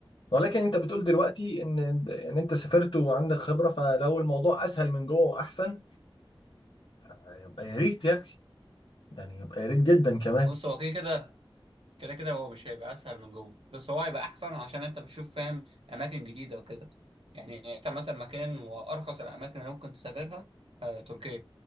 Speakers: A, on the left (about 65°); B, on the right (about 85°).
A: ولكن انت بتقول دلوقتي ان ان انت سافرت وعندك خبرة فلو الموضوع اسهل من جوه واحسن فيبقى يا ريت يا اخي يعني يبقى يا ريت جدا كمان
B: بص هو كده كده كده كده هو مش هيبقى اسهل من جوه بس هو هيبقى احسن عشان انت بتشوف فاهم اماكن جديده وكده يعني انت مثلا مكان وارخص الاماكن اللي ممكن تسافرها آه، تركيا